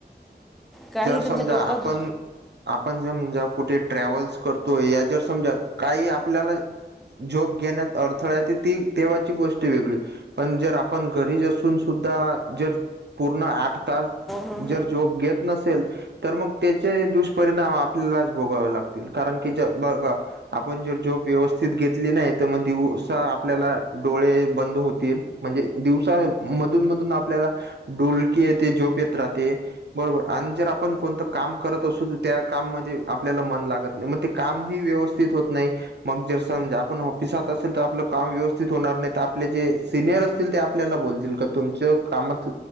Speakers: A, in the centre; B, on the right.
A: काही
B: जर
A: तुमचं
B: समजा
A: डोकं
B: आपण
A: दु
B: आपण समजा. ट्रॅव्हल्स करतोय या जर समजा काही आपल्याला झोब घेण्यात अडथळा आहे ते ती तेव्हाची गोष्ट वेगळी पण जर आपण घरीच असून सुद्धा जर पूर्ण आठ तास
A: हो
B: जर झोप घेत- नसेल तर मग त्याचे दुष्परिणाम आपल्यालाच भोगावे लागतील. कारण की ज बघा. आपण जर झोप व्यवस्थित घेतली नाही तर मग दिवसा आपल्याला डोळे बंद होतील. म्हणजे दिवसा मधून मधून आपल्याला डुलकी येते झोप येत राहते बरोबर. आणि जर आपण कोणतं काम करत असू तर त्या काम मधे आपल्याला मन लागत म ते कामही व्यवस्तीत होत नाही. मग जर समजा आपण ऑफिसात असेल तर आपलं काम व्यवस्थित होणार नाही. तर आपले जे सिनियर आपल्याला बोलतील का तुमच्या कामात